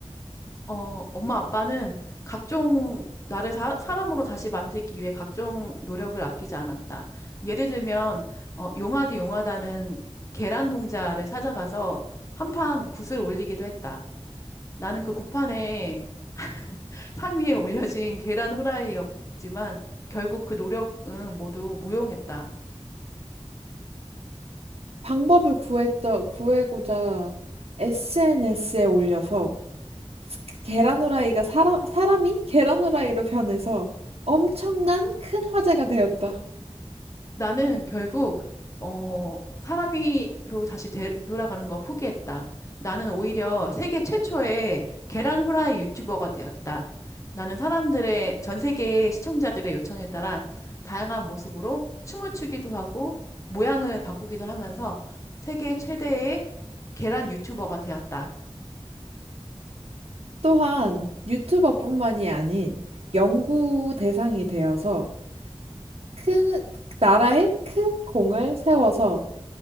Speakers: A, on the left; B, on the right.
A: 어, 엄마 아빠는 각종 나를 사, 사람으로 다시 만들기 위해 각종 노력을 아끼지 않았다. 예를 들면 어, 용하디 용하다는 계란 동자를 찾아가서 한 판 굿을 올리기도 했다. 나는 그 굿판에 상 위에 <laughs> 올려진 계란 후라이였지만 결국 그 노력은 모두 무용했다.
B: 방법을 구했더, 구해고자 SNS에 올려서 그 계란 후라이가 사람, 사람이 계란 후라이로 변해서 엄청난 큰 화제가 되었다.
A: 나는 결국 어 사람이로 다시 되- 돌아가는 걸 포기했다. 나는 오히려 세계 최초의 계란 후라이 유튜버가 되었다. 나는 사람들의 전 세계 시청자들의 요청에 따라 다양한 모습으로 춤을 추기도 하고 모양을 바꾸기도 하면서 세계 최대의 계란 유튜버가 되었다.
B: 또한 유튜버뿐만이 아닌 연구 대상이 되어서 큰 나라에 큰 공을 세워서